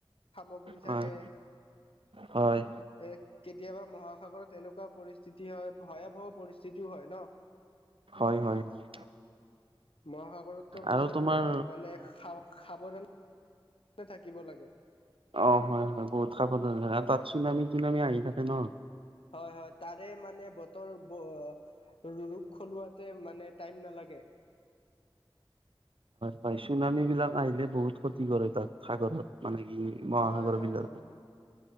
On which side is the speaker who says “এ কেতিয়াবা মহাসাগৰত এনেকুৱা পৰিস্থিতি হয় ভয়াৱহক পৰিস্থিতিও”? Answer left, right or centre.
Left